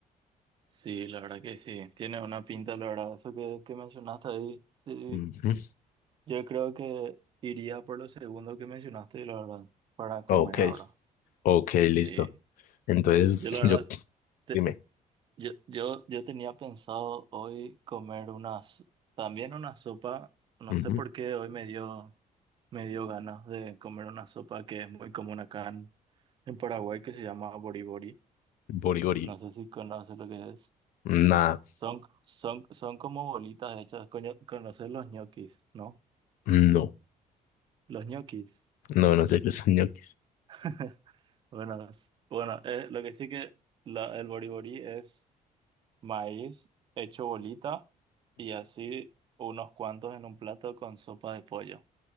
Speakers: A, on the right; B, on the left.
A: sí, la verdad que sí. Tiene una pinta, la verdad, eso que, que mencionaste ahí. sí,
B: Ujú.
A: Yo creo que iría por lo segundo que mencionaste y la verdad, para comer
B: Ok,
A: ahora.
B: ok,
A: Sí,
B: listo. Entonces,
A: yo la verdad,
B: yo,
A: te-
B: dime,
A: yo, yo, yo tenía pensado hoy comer unas, también una sopa, no
B: Ujú.
A: sé por qué hoy me dio, me dio ganas de comer una sopa que es muy común acá en, en Paraguay que se llama boribori.
B: Borigori.
A: No sé si conoces lo que es.
B: Nada,
A: Son, son, son como bolitas hechas, coño, conoces los ñoquis, ¿no?
B: no,
A: Los ñoquis.
B: no, no sé qué son ñoquis.
A: <laughs> Buenas. Bueno, eh, lo que sí que la, el boriborí es maíz hecho bolita y así unos cuantos en un plato con sopa de pollo